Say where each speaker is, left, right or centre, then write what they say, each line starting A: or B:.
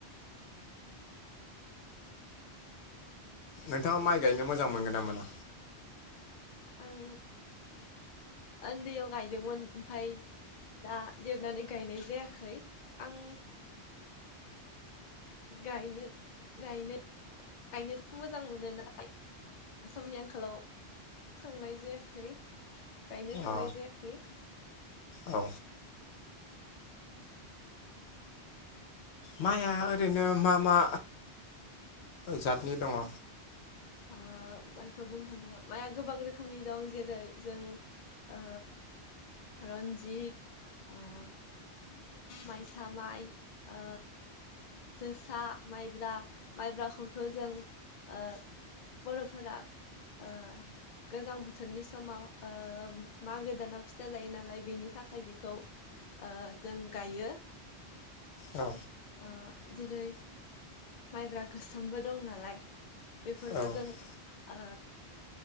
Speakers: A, on the left; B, on the left.
A: नोंथाङा माइ गायनो मोजां मोनगोन ना मोना
B: आं ओन्दैयाव गायदोंमोन ओमफाय दा देरनानै गायनाय जायाखै आं गायनो गायनो गायनोथ' मोजां मोनो नाथाइ समनि आंखालाव थांनाय जायाखै गायनो थांनाय
A: अ
B: जायाखै
A: औ माइआ ओरैनो मा मा जातनि दङ
B: आ माइखौ बुंनो थाङोब्ला माइआ गोबां रोखोमनि दं जेरै जों ओ रन्जित ओ माइसा माइ ओ जोसा माइब्रा माइब्राखौथ' जों ओ बर'फोरा ओ गोजां बोथोरनि समाव ओ मागो दानाव फिथा जायो नालाय बेनि थाखाय बेखौ ओ जों गायो
A: औ
B: ओ जेरै माइब्रा गोसोमबो दं नालाय फोरखो
A: औ
B: जों ओ